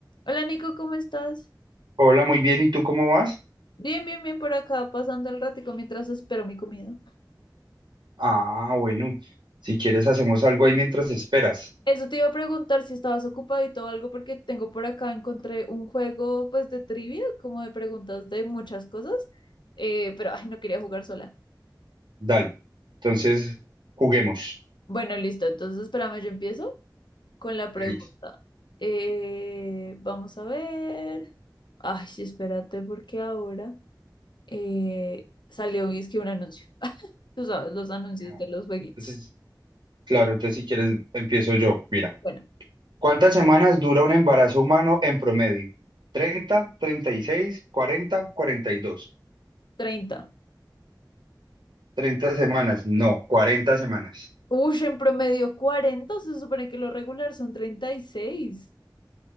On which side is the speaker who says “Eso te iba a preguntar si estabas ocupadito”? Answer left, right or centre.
Left